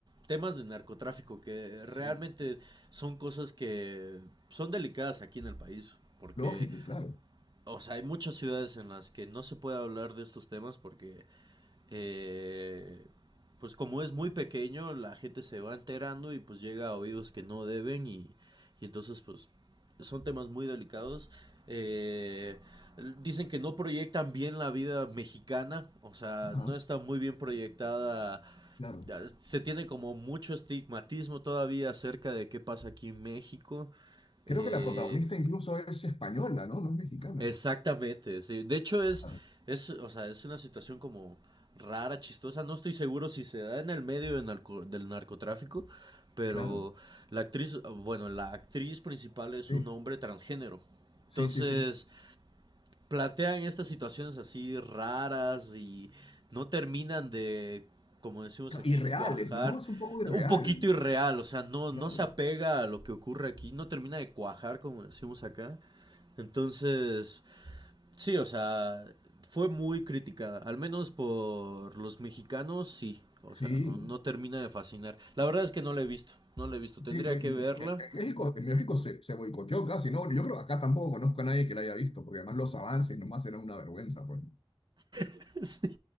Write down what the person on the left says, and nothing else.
Sí,
lógico, claro,
ajá,
claro.
Creo
que la protagonista incluso es española, ¿no? No es mexicana.
Claro,
claro,
sí,
sí, sí, sí.
Irreales,
¿no? Es un poco irreal,
claro.
Sí,
sí, me-
me-
en México, en México se, se boicoteó casi, ¿no? Yo creo que acá tampoco conozco a nadie que la haya visto, porque además los avances nomás eran una vergüenza, pues,